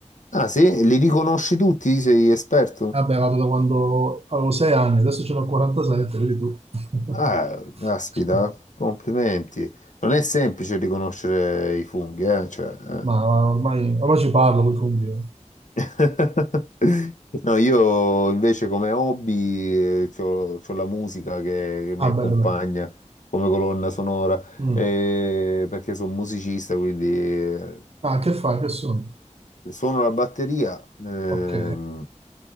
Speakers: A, on the left; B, on the right.
A: Ah sì? Li riconosci tutti? Sei esperto?
B: Vabbè, vado da quando avevo 6 anni, adesso ce n'ho 47, vedi tu. <laughs>
A: Ah, caspita, complimenti. Non è semplice riconoscere i funghi, eh? Cioè, eh.
B: Ma ormai, ormai ci parlo, vuoi fondire.
A: <laughs> No, io invece come hobby ho la musica che, che mi
B: Ah,
A: accompagna
B: bello, bello.
A: come colonna sonora,
B: Mm.
A: eh, perché sono musicista, quindi eh,
B: Ah, che fai? Che sono?
A: suono la batteria, ehm,
B: Ok.